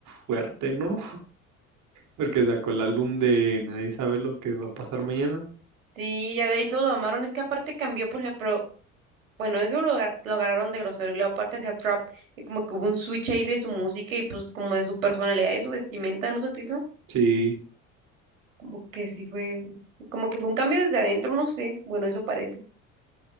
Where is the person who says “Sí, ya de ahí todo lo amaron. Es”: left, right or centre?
Right